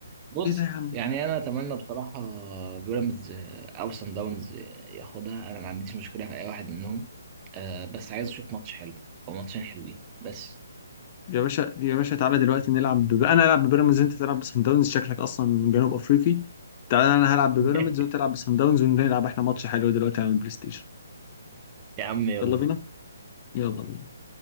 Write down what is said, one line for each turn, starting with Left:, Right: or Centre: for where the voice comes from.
Right: بص
Left: ايه ده يا عم
Right: يعني انا اتمنى بصراحه بيراميدز او سان داونز ياخدها انا ما عنديش مشكله في اي واحد منهم أه بس عايز اشوف ماتش حلو او ماتشين حلوين بس
Left: يا باشا يا باشا تعالى دلوقتي نلعب ب... انا العب ببيراميدز انت تلعب بسان داونز شكلك اصلا من جنوب افريقي تعالى انا هلعب ببيراميدز
Right: <laughs>
Left: وانت تلعب بسان داونز ونلعب احنا ماتش حلو دلوقتي على البلاي ستيشن
Right: يا عم يلا
Left: يلا بينا يلا بينا